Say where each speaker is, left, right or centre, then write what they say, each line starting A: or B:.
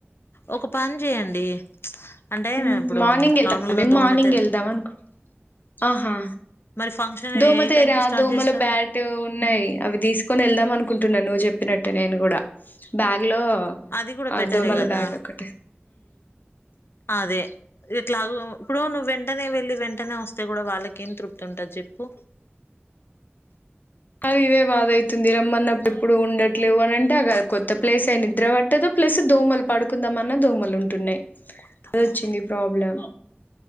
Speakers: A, on the left; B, on the left.
A: ఒక పని చేయండి అంటే
B: హుమ్
A: ఇప్పుడు
B: మార్నింగ్ ఎల్తా
A: నార్మల్గా
B: మేమ్
A: దోమ
B: మార్నింగ్
A: తెర
B: ఏళ్దాం అనుక్ ఆహా
A: మరి ఫంక్షన్
B: దోమతేరా
A: ఏ టైం కి స్టార్ట్
B: దోమల
A: చేస్తారు
B: బ్యాట్ ఉన్నాయి అవి తీసుకొని వెళ్దాం అనుకుంటున్నా నువ్వు చెప్ ప్పినట్టే నేన్ గుడా బ్యాగ్ లో
A: అది కూడా
B: అ
A: బెటరే
B: దోమల
A: కదా
B: బాట్ ఒకటి
A: అదే ఎట్లాగొ ఇప్పుడు నువ్వు వెంటనే వెళ్ళి వెంటనే వొస్తే గుడా వాళ్ళకి ఏం తృప్తి ఉంటది చెప్పు
B: అది ఇదే బాధ అయితుంది రమ్మన్నప్పుడు ఇప్పుడు ఉండట్లేవు అని అంటే అగ
A: పది
B: కొత్త
A: రూపాయలు
B: ప్లేస్ అయి నిద్ర వట్టదు ప్లస్ దోమలు పడుకుందామన్నా దోమలు ఉంటున్నాయి
A: కొడతా
B: అది
A: ఫోన్
B: వొచ్చింది
A: అయిపోయినాక.
B: ప్రాబ్లం